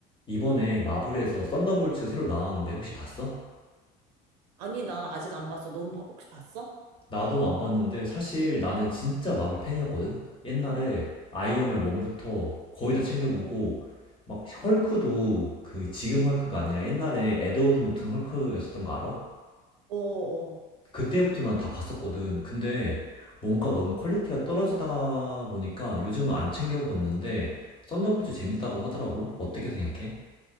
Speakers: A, on the left (about 25°); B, on the right (about 85°).
A: 이번에 마블에서 썬더볼츠 새로 나왔는데 혹시 봤어?
B: 아니, 난 아직 안 봤어. 넌 봐- 혹시 봤어?
A: 나도 안 봤는데 사실 나는 진짜 마블 팬이었거든? 옛날에 아이언맨 1부터 거의 다 챙겨보고 막 헐크도 그 지금 헐크가 아니라 옛날에 에드워드 노튼 헐크였었던 거 알아?
B: 어어.
A: 그때부터 난 다 봤었거든. 근데 뭔가 너무 퀄리티가 떨어지다 보니까 요즘은 안 챙겨봤는데 썬더볼츠 재밌다고 하더라고. 어떻게 생각해?